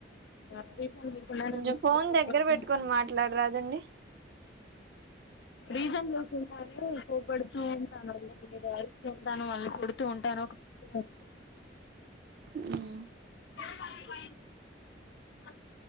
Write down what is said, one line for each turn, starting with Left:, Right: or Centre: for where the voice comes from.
Left: రీజన్ లేకుండా
Right: కొంచెం ఫోన్
Left: పోబడుత
Right: దగ్గర పెట్టుకొని
Left: ఉంటాను
Right: మాట్లాడరాదండి
Left: రీజన్ <unintelligible> ఉన్నారు పోబెడు ఉంట రైస్ <unintelligible> ఉంటాను మళ్ళీ కొడుతూ ఉంటాను ఒక పిచ్చిదాన్ని నేను
Right: ఉమ్
Left: కాది ప అ